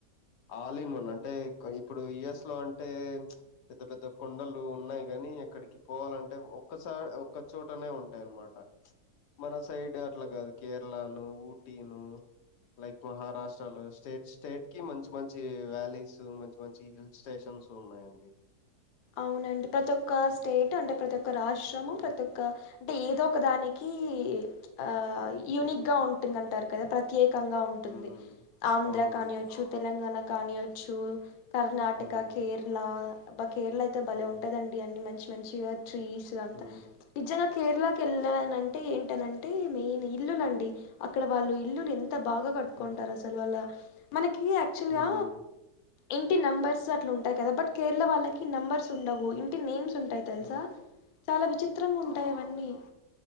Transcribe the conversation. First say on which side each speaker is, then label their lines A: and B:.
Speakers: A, on the left (about 85°); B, on the left (about 70°).
A: ఆల్ ఇన్ వన్ అంటే ఎక్కో ఇప్పుడు యుఎస్ లో అంటే ప్చ్ పెద్ద పెద్ద కొండలు ఉన్నాయి కాని ఎక్కడికి పోవాలంటే ఒక్క స ఒక్క చోటనే ఉంటాయి అనమాట ప్చ్ మన సైడ్ అట్లా కాదు కేరళనో ఊటీనో లైక్ మహారాష్ట్రాలో స్టేట్ స్టేట్ కి మంచి మంచి వ్యాలీస్ మంచి మంచి హిల్ స్టేషన్ సు ఉన్నాయండి.
B: అవునండి ప్రతి ఒక్క స్టేట్ టే అంట ప్రతి ఒక్క రాష్ట్రము
A: ఉమ్
B: ప్రతి ఒక్క అంటే ఏదో ఒక దానికి ప్చ్ ఆ యూనిక్
A: ఉమ్
B: గా ఉంటుందంటారు కదా ప్రతి కంగా ఉంటుంది
A: ఉమ్
B: ఆంధ్ర
A: అవునండి
B: కానియచ్చు తెలంగాణ కానియచ్చు కర్ణాటక
A: ఉమ్
B: కేరళ అబ కేరళ అయితే భలే
A: ఉమ్
B: ఉంటుదండి అన్ని మంచి మంచిగా ట్రీస్ ఊ అంత
A: ఉమ్
B: కేరళకి వెళ్ళాలని అంటే ఏంటనంటే మెయిన్ ఇల్లులండి అక్కడ వాళ్ళు ఇల్లులు ఎం ఎంత బాగా కట్టుకుంటారు
A: ఉమ్
B: అసలు వాళ్ళ మనకి యాక్చువల్
A: ఉమ్
B: గా ఇంటి నంబర్స్ అట్ల ఉంటాయి కదా బట్ కేరళ వాళ్ళకి నెంబర్స్ ఉండవు ఇంటి నేమ్స్ ఉంటాయి తెలుసా
A: ఉమ్
B: చాలా విచిత్రంగా ఉంటాయి అవన్నీ